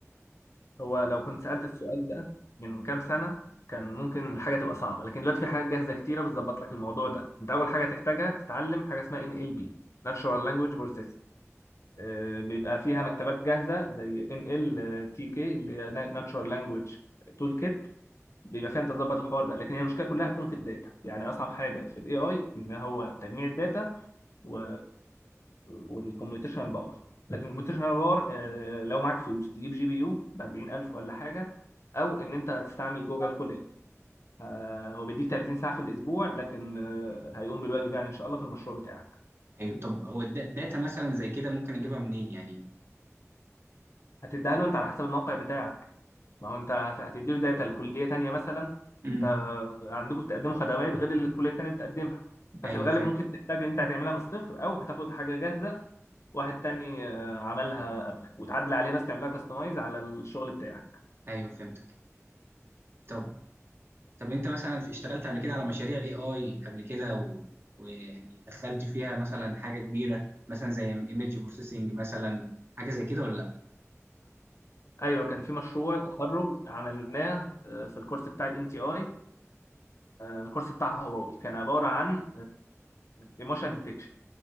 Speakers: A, on the left (about 60°); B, on the right (about 50°).
A: هو لو كنت سألت السؤال ده من كام سنة كان ممكن الحاجة تبقى صعبة لكن دلوقتي في حاجات جاهزة كتيرة بتظبط لك الموضوع ده انت اول حاجة تحتاجها تتعلم حاجة اسمها NLP Natural Language Processing آه، بيبقى فيها مكتبات جاهزه زي ان ال تي كي اللي هي ناتشورال لانجويج تول كيت بيبقى فيها انت تظبط الحوار ده لكن هي المشكله كلها هتكون في الداتا يعني اصعب حاجه في الاي اي ان هو تجميع الداتا و... والكمبيوتيشنال باور لكن الكمبيوتيشنال باور آه، لو معاك فلوس تجيب جي بي يو ب 40000 ولا حاجه او ان انت تستعمل جوجل كولاب آه، هو بيديك 30 ساعه في الاسبوع لكن آه، هيقوم بالواجب يعني ان شاء الله في المشروع بتاعك
B: أيوه طب هو الدا- داتا مثلا زي كده ممكن أجيبها منين يعني؟
A: هتديها له انت على حسب الموقع بتاعك ما هو انت هت- هتديله داتا لكليه تانيه مثلا
B: امم
A: انت عندكم بتقدموا خدمات غير اللي الكليه التانيه بتقدمها ففي
B: أيوه
A: الغالب
B: فهمت
A: ممكن تحتاج ان انت هتعملها من الصفر او هتاخد حاجه جاهزه واحد تاني آه، عملها قبلك وتعدل عليها بس تعملها كاستمايز على الشغل بتاعك
B: أيوه فهمتك طب طب انت مثلا في- اشتغلت قبل كده على مشاريع اي اي قبل كده و... ويعني دخلت فيها مثلا حاجه كبيره مثلا زي ايمج بروسيسنج مثلا حاجه زي كده ولا لا
A: ايوه كان في مشروع تخرج عملناه آه، في الكورس بتاع الان تي اي الكورس بتاع هواوي كان عباره عن ايموشن ديتكشن